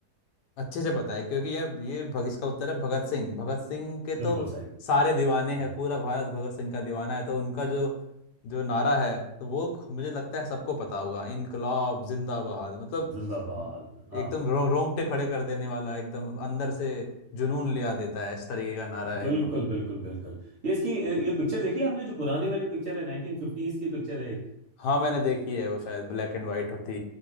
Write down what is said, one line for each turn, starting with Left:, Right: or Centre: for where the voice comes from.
Left: अच्छे से पता है क्योंकि यार ये भग, इसका उत्तर है भगत सिंह भगत सिंह के तो
Right: बिल्कुल सही
Left: सारे दीवाने
Right: हम्म,
Left: हैं पूरा भारत भगत सिंह का दीवाना है तो उनका जो जो नारा है तो वो मुझे लगता है सबको पता होगा इनकलाब जिंदाबाद मतलब
Right: जिंदाबाद हाँ
Left: एकदम रो, रोंगटे खड़े कर देने वाला एकदम अंदर से जुनून ले आ देता है इस तरीके का नारा है
Right: बिल्कुल
Left: एकदम
Right: बिल्कुल बिल्कुल ये इसकी ये पिक्चर देखिए आपने जो पुरानी वाली पिक्चर है 1950s की पिक्चर है एक
Left: हाँ मैंने देखी है वो शायद ब्लैक एंड वाइट होती